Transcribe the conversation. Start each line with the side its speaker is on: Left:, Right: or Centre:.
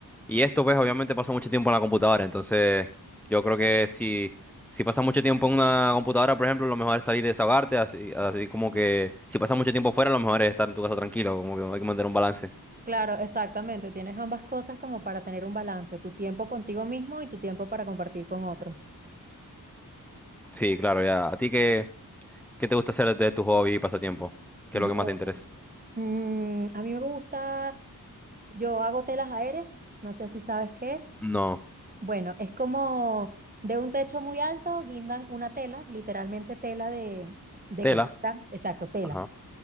Centre: y esto pues obviamente paso mucho tiempo en la computadora, entonces yo creo que si, si pasas mucho tiempo en una computadora, por ejemplo, lo mejor es salir y desahogarte, así, así como que si pasas mucho tiempo fuera, lo mejor es estar en tu casa tranquilo, como que hay que mantener un balance.
Right: Claro, exactamente. Tienes ambas cosas como para tener un balance, tu tiempo contigo mismo y tu tiempo para compartir con otros.
Centre: Sí, claro, ya. ¿A ti qué, qué te gusta hacer de tus hobbies y pasatiempos? ¿Qué
Right: Bueno,
Centre: es lo que más te interesa?
Right: mm, a mí me gusta, yo hago telas aéreas, no sé si sabes qué es.
Centre: No.
Right: Bueno, es como de un techo muy alto guindan una tela, literalmente tela de, de
Centre: Tela.
Right: costura, exacto, tela.
Centre: Ajá.